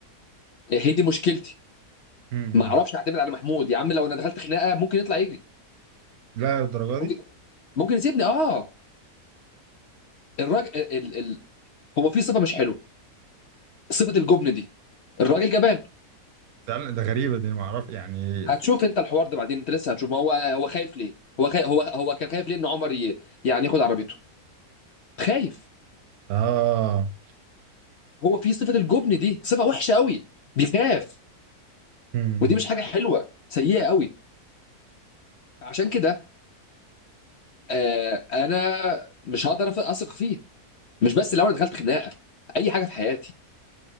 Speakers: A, on the left; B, on the right.
A: هي دي مشكلتي
B: مم.
A: ما اعرفش اعتمد على محمود يا عم لو انا دخلت خناقه ممكن يطلع يجري
B: لا الدرجه دي
A: ممكن ممكن يسيبني اه الراجل ال... ال... هو في صفه مش حلوه صفه الجبن دي الراجل جبان
B: فعلا ده غريبه دي ما اعرف يعني
A: هتشوف
B: في...
A: انت الحوار ده بعدين انت لسه هتشوف ما هو هو خايف ليه هو خايف هو هو كان خايف ليه ان عمر ي... يعني ياخد عربيته خايف
B: اه
A: هو في صفه الجبن دي صفه وحشه قوي بيخاف
B: مم.
A: ودي مش حاجه حلوه سيئه قوي عشان كده آه، انا مش هقدر أف- اثق فيه مش بس لو انا دخلت خناقه اي حاجه في حياتي